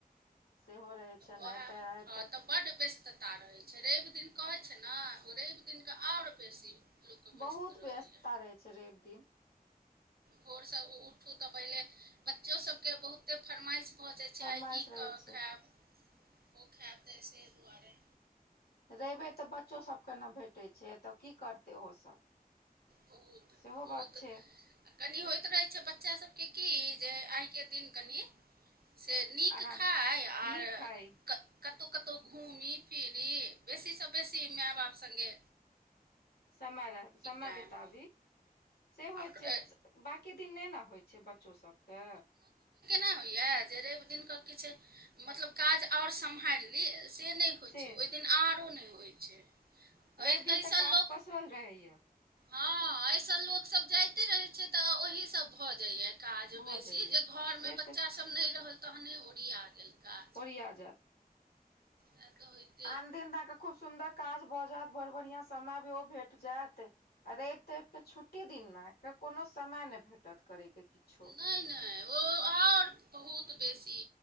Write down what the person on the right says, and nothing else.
ओ
ह
हँ तऽ। बड्ड व्यस्तता रहै छै रवि दिन कहै छै न ओ रवि दिनके आओर बेसी। लोकके व्यस्त
रहैए
भोरसँ उठू तऽ पहिले बच्चो सब के बहुते फरमाइश भऽ जाइ
चा ई
कऽ
खायब ओ खायब तैसे दुआरे।
बहुत
बहुत
कनि होइत रहै छै बच्चा सबके की जे आइके दिन कनि से नीक
खाइ आर
क कतहु कतहु घूमी फिरी बेसी सँ बेसी माय बाप संगे
टाइम
आओर
ऐना होइ या जे रवि दिन क किछ मतलब काज आओर समाहिइर ली से नहि। होइ
छै ओहि दिन आरो नहि होइ छै एहि
एहिसँ
लोक
हँ एहिसँ लोकसभ जाइते रहै छै तऽ ओहिसँ भऽ जाइय। काज
बेसी
जे घरमे
बच्चासब
नै रहल तहने ओरिया गेल काज।
तक होइत।
नै नै ओ आओर बहुत बेसी